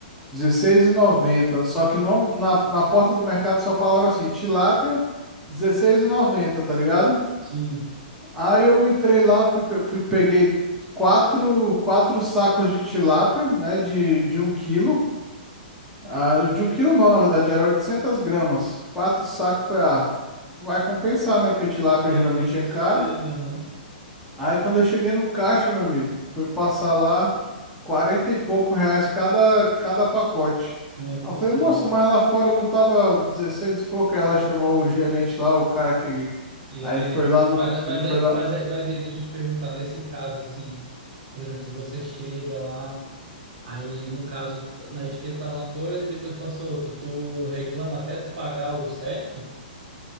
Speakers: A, in the centre; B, on the right.
A: dezesseis e noventa Só que não na, na porta do mercado só falava assim, tilápia dezesseis e noventa tá ligado?
B: sim,
A: Aí eu entrei lá, fui, pe- fui peguei quatro, quatro sacos de tilápia, né, de, de um quilo ah, o de um quilo não, na verdade, era 800 gramas. Quatro sacos, foi, ah, vai compensar, né? Porque tilápia
B: sim,
A: geralmente
B: com
A: é caro.
B: certeza, aham.
A: Aí quando eu cheguei no caixa, meu amigo, fui passar lá 40 e pouco reais cada, cada pacote.
B: Não é possível.
A: Aí eu falei, moça, mas lá fora não tava 16 e pouco. Aí ela chamou o gerente lá, o cara que.
B: E
A: Aí
B: aí?
A: ele foi lá no.
B: Mas, mas,
A: Ele foi
B: aí-
A: lá.
B: mas, aí- mas aí, deixa eu te perguntar, nesse caso, assim, por exemplo, se você chega lá. Aí, no caso, t- na etiqueta tava uma coisa e depois passou outra. Tu reclama até tu pagar o certo?